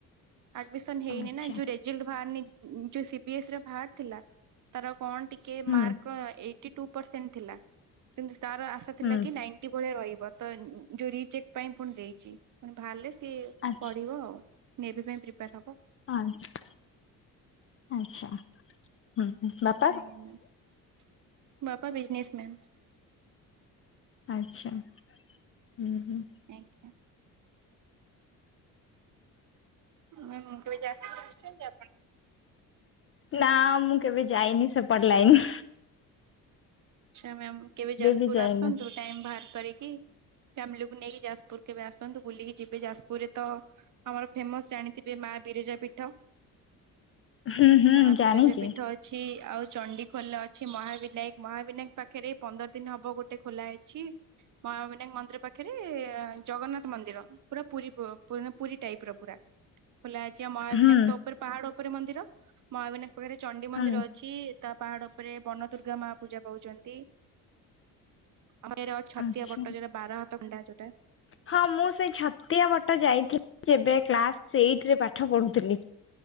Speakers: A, on the right (about 40°); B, on the left (about 30°).
A: ଆଡମିସନ ହେଇନି
B: ଆଚ୍ଛା
A: ନା ଯ ଜେଲ୍ଟ ବାହାରନି ଯଉ ସିପିଏସି ର ଭାରି ଥିଲା ତାର କଣ ଟିକେ
B: ହୁଁ
A: ମାର୍କ ଏ ଟୁ ପ୍ରଶେଣ୍ଟ ଥିଲା କିନ୍ତୁ ତାର ଆଶା ଥିଲା
B: ହୁଁ
A: କି ନାଇଟି ଭଳିଆ ରହିବ। ତ ଯୋଉ ରିଚେକ୍ ପାଇଁ ପୁଣି ଦେଇଛି ପୁଣି ବାହାରିଲେ ସିଏ
B: ଆଚ୍ା
A: ରୁଅ ମେରିଡ ପାଇଁ ପ୍ରିପୟାର ହବ।
B: ଆଛା ଆଚ୍ଛା ହ ହ ବା
A: ଆଜ୍ଞା ମ୍ୟାମ ବାପା ବିଜିନେସ୍ ମ୍ୟାମ୍।
B: ଆଚ୍ଛା ହୁଁ ହୁଁ।
A: ଆଜ୍ଞା ହ କେବେ ଯାଜପୁର ଆସୁଛନ୍ତି ଆପଣ!
B: ନା ମୁଁ କେବେ ଯାଇନି ସେ ପଟ ଲାଗନି।
A: ଆଛା ମ୍ୟାମ କେବେ ଯାଜପୁର
B: ବି ଯାଇନ?
A: ଆସନ୍ତୁ ଟାଇ ବାହାର କରିକି। ଫ୍ୟାମିଲିକୁ ନେଇକି ଯାଜପୁର କେବେ ଆସନ୍ତୁ ବୁଲିକି ଯିବେ ଯାଜପୁରରେ ତ ଆମର ଫେମସ ଜାଣିଥିବେ ମା ବିରିଜା ପିଠ।
B: ହୁଁ ହୁଁ
A: ମା
B: ଜାଣିଛି
A: ବିରଜା ପୀଠ ଅଛି ଆଉ ଚଣ୍ଡିଖୋଲା ଅଛି ମହାବିନାୟକ ମହା ବିନାୟ ପାଖରେ ପନ୍ଦର ଦିନ ହବ ଗୋଟେ ଖୋଲା ଅଛି। ମହାବିନାୟକ ମନ୍ଦିର ପାଖରେ ଜଗନ୍ନାଥ ମନ୍ଦିର। ପୁରା ପୁରୀା ପ ପୁରୀ ଟାଇପ ର ପୁରା। ଖୋଲା ହେଇଛି ମହାବିନାକ
B: ହୁଁ
A: ତ ଉପରେ ପାହାଡ ଉପରେ ମନ୍ଦିର ମହାବିନାୟ ପାଖରେ ଚଣ୍ଡି ମନ୍ଦିର
B: ହୁଁ
A: ଅଛି ତା ପାହାଡ ଉପରେ ବନ ଦୁର୍ଗା ମା ପୂଜା ପାଉଛନ୍ତି। ଆଉ ଏଟ <unintelligible> ଛତିଆ
B: ଆଚ୍ଛା।
A: ପଟ ଯୋଉଟା ବାର ହାତ କଣ୍ଡା ଯୋଉଟା।
B: ହଁ ମୁଁ ସେ ଛତିଆ ପଟ ଯାଇଥିଲି। ଯେବେ କ୍ଲାସ ଏଇଟ ରେ ପାଠ ପଢୁଥିଲି।